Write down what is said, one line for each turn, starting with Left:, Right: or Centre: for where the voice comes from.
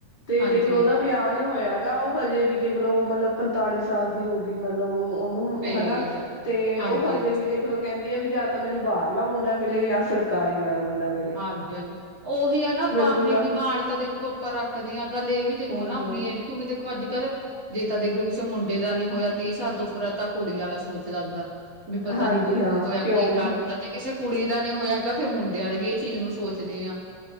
Left: ਤੇ
Right: ਹਾਂਜੀ
Left: ਦੇਖਲੋ ਉਹਦਾ ਵਿਆਹ ਨਹੀ ਹੋਇਆ ਹੈਗਾ, ਉਹ ਹਜੇ ਵੀ ਦੇਖ ਲੋ ਮਤਲਬ ਪੰਤਾਲੀ ਸਾਲ ਦੀ ਹੋ ਗ ਮਤਲਬ ਉਹਨੂੰ
Right: ਫੇਰ
Left: ਹੈਨਾ ਤੇ
Right: ਹਾਂਜੀ,
Left: ਉਹ ਹਜੇ ਵੀ ਦੇਖ ਖਲੋ ਕਹਿੰਦੀ ਆ ਵੀ ਜਾਂ ਤਾਂ ਮੈਨੂੰ ਬਾਹਰਲਾ ਮੁੰਡਾ ਮਿਲੇ ਜਾਂ ਸਰਕਾਰੀ ਵਾਲਾ ਮੁੰਡਾ ਮਲੇ।
Right: ਹਾਂਜੀ-ਹਾਂਜੀ। ਉਹੀ ਆ ਨਾ ਆਪਾਂ ਆਪਣੀ
Left: ਜੂਗਾ
Right: ਡਿਮਾਂਡ ਤਾਂ ਦੇਖੋ ਆਪਾਂ ਰੱਖਦੇ ਆ, ਗੱਲ ਇਹ ਵੀ ਦੇਖੋ
Left: ਹੂੰ-ਹੂੰ
Right: ਨਾ ਆਪਣੀ ਇਹ ਉਹ ਵੀਂ ਦੇਖੋ ਅੱਜ-ਕੱਲ੍ਹ ਜੇ ਤਾਂ ਦੇਖਲੋ ਕਿਸੇ ਮੁੰਡੇ ਦਾ ਨੀ ਹੋਇਆ ਤੀਹ ਸਾਲ ਤੋਂ ਉੱਪਰ ਤਾਂ ਕੁੜੀ ਵਾਲਾ ਸੋਚਦਾ ਅਗਲਾ ਵੀ ਪਤਾ
Left: ਹਾਂਜੀ
Right: ਨੀ ਕਿਉਂ
Left: ਹਾਂ
Right: ਹੋਇਆ
Left: ਕਿਉਂ
Right: ਕੀ
Left: ਨੀ
Right: ਕਾਰਨ
Left: ਹੋਇਆ
Right: ਹੁੰਦਾ ਕਿਸ ਕੁੜੀ ਦਾ ਨਹੀਂ ਹੋਇਆ ਹੈਗਾ ਫਿਰ ਮੁੰਡੇ ਵਾਲੇ ਵੀ ਇਹ ਚੀਜ਼ ਨੂੰ ਸੋਚਦੇ ਆ।